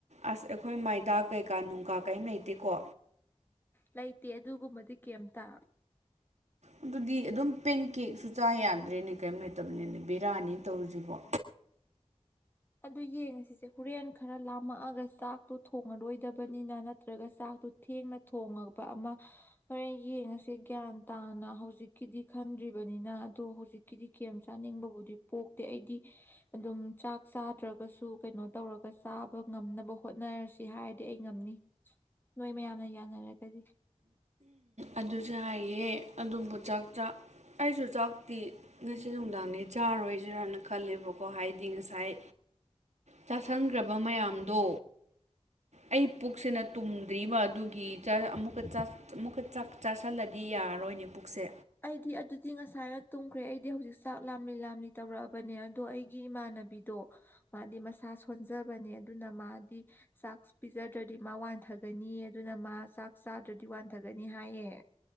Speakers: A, on the right (about 75°); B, on the left (about 15°).
A: ꯑꯁ ꯑꯩꯈꯣꯏ ꯃꯥꯏꯗꯥ ꯀꯩꯀꯥ ꯅꯨꯡ ꯀꯀꯥ ꯀꯩꯝ ꯂꯩꯇꯦꯀꯣ
B: ꯂꯩꯇꯦ ꯑꯗꯨꯒꯨꯝꯕꯗꯤ ꯀꯩꯝꯇ
A: ꯑꯗꯨꯗꯤ ꯑꯗꯨꯝ ꯄꯦꯟ ꯀꯦꯛꯁꯨ ꯆꯥ ꯌꯥꯗ꯭ꯔꯦꯅꯦ ꯀꯔꯤꯝ ꯂꯩꯇꯕꯅꯤꯅꯦ ꯕꯤꯔꯌꯥꯅꯤ ꯇꯧꯔꯨꯁꯤꯕꯣ
B: ꯑꯗꯨ ꯌꯦꯡꯉꯁꯤꯁꯦ ꯍꯣꯔꯦꯟ ꯈꯔ ꯂꯥꯝꯃꯛꯑꯒ ꯆꯥꯛꯇꯣ ꯊꯣꯡꯉꯔꯣꯏꯗꯕꯅꯤꯅ ꯅꯠꯇ꯭ꯔꯒ ꯆꯥꯛ ꯑꯗꯨ ꯊꯦꯡꯅ ꯊꯣꯉꯕ ꯑꯃ ꯍꯣꯔꯦꯟ ꯌꯦꯡꯉꯁꯦ ꯒ꯭ꯌꯥꯟ ꯇꯥꯅ ꯍꯧꯖꯤꯛꯀꯤꯗꯤ ꯈꯟ ꯗ꯭ꯔꯤꯕꯅꯤꯅ ꯑꯗꯣ ꯍꯧꯖꯤꯛꯀꯤꯗꯤ ꯀꯦꯝ ꯆꯥꯅꯤꯡꯕꯕꯨꯗꯤ ꯄꯣꯛꯇꯦ ꯑꯩꯗꯤ ꯑꯗꯨꯝ ꯆ ꯥꯛ ꯆꯥꯗ꯭ꯔꯒꯁꯨ ꯀꯩꯅꯣ ꯇꯧꯔꯒ ꯆꯥꯕ ꯉꯝꯅꯕ ꯍꯣꯠꯅꯔꯁꯤ ꯍꯥꯏꯔꯗꯤ ꯑꯩ ꯉꯝꯅꯤ ꯅꯣꯏ ꯃꯌꯥꯝꯅ ꯌꯥꯅꯔꯒꯗꯤ
A: ꯑꯗꯨꯁꯨ ꯍꯥꯏꯌꯦꯦ ꯑꯗꯨꯝꯕꯨ ꯆ ꯑꯩꯁꯨ ꯆꯞ ꯍꯛꯇꯤ ꯉꯁꯤ ꯅꯨꯡꯗꯥꯡꯅꯦ ꯆꯥꯔꯣꯏꯁꯤꯔꯥꯅ ꯈꯜꯂꯦꯕꯀꯣ ꯍꯥꯏꯗꯤ ꯉꯁꯥꯏ ꯆꯥꯁꯟꯈ꯭ꯔꯕ ꯃꯌꯥꯝꯗꯣ ꯑꯩ ꯄꯨꯛꯁꯤꯅ ꯇꯨꯝꯗ꯭ꯔꯤꯕ ꯑꯗꯨꯒꯤ ꯑꯃꯨꯛꯀ ꯑꯃꯨꯛꯀ ꯆꯥꯛ ꯆꯥꯥꯁꯜꯂꯗꯤ ꯌꯥꯔꯔꯣꯏꯅꯦ ꯄꯨꯛꯁꯦ
B: ꯑꯩꯗꯤ ꯑꯗꯨꯗꯤ ꯉꯁꯥꯏꯅ ꯇꯨꯝꯈ꯭ꯔꯦ ꯑꯩꯗꯤ ꯍꯧꯖꯤꯛ ꯆꯥꯛ ꯂꯥꯝꯂꯤ ꯂꯥꯝꯂꯤ ꯇꯧꯔꯛꯑꯕꯅꯦ ꯑꯗꯣ ꯑꯩꯒꯤ ꯏꯃꯥꯅ ꯕꯤꯗꯣ ꯃꯥꯗꯤ ꯃꯁꯥ ꯁꯣꯟꯖꯕꯅꯦ ꯑꯗꯨꯅ ꯃꯥꯗꯤ ꯆꯥꯛꯁ ꯄꯤꯖꯗ꯭ꯔꯗꯤ ꯃꯥ ꯋꯥꯟꯊꯒꯅꯤ ꯑꯗꯨꯅ ꯃꯥ ꯆꯥꯛ ꯆꯥꯗ꯭ꯔꯗꯤ ꯋꯥꯟꯊꯒꯅꯤ ꯅꯤ ꯍꯥꯏꯑꯌꯦ